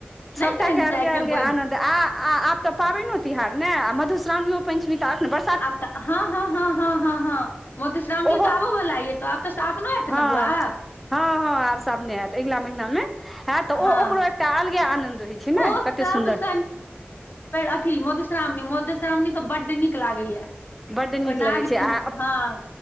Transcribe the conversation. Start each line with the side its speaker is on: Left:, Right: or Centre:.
Left: नहि
Centre: सबटाक
Left: तेहन
Centre: अलगे
Left: टाइप मे
Centre: अलगे
Left: बनि
Centre: आनन्द आब तऽ पाबनि तिहार ने आ मधुशावणियो प चचमी तऽ अखन बस
Left: आब त हँ हँ ह हँ हँ हँ मधुश्रावणी
Centre: ओहो
Left: तऽ आबो वला ये तो आब तऽ सावनो हत
Centre: हँ
Left: न बुआ
Centre: हँ हँ आब साबने होयत अगिला महीना में हयत तऽ
Left: हँ
Centre: ओ ओकरो अलगे आनन्द होइ छै ने
Left: ओ
Centre: कते
Left: सब
Centre: सुन्दर
Left: पस अथी मधुश्रावणी मधुश्रावणी तऽ बड्ड नीक लागैया
Centre: बड्ड नीक
Left: ओ नाग
Centre: लगै छै आ
Left: हँ